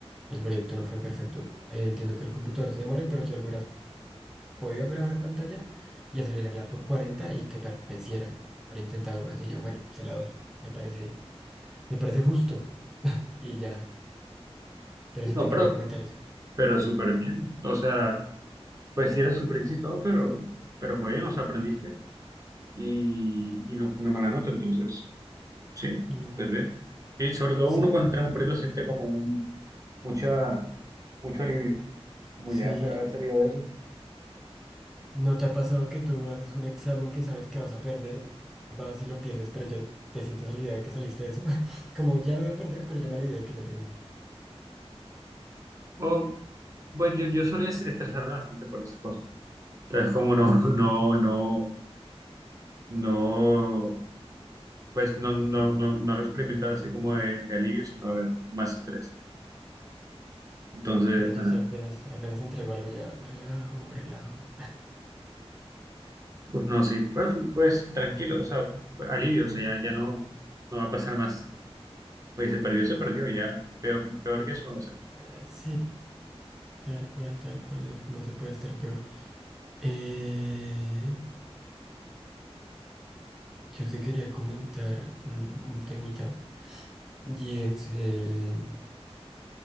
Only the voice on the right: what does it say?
No,
pero
Pero súper bien. O sea, pues sí eres sufriste y todo, pero, pero fue bien, o sea, aprendiste y, y no fue una mala nota, entonces, sí,
pues bien. Y sobre todo uno
cuando entra en un proyecto siente como un, mucha, mucho alivio, como
ya sa- haber salido de eso.
O, pues yo, yo solía es- estresarme bastante por esas cosas. Entonces, como no, <laughs> no, no, no, pues no, no, no, no lo experimentaba así como de, de alivio, sino de más estrés. Entonces,
ajá.
Pues no, sí, pues, pues tranquilo, o sea, alivio, o sea, ya, ya no, no va a pasar más. Pues se perdió, se perdió, ya, peor, peor que eso no va a ser.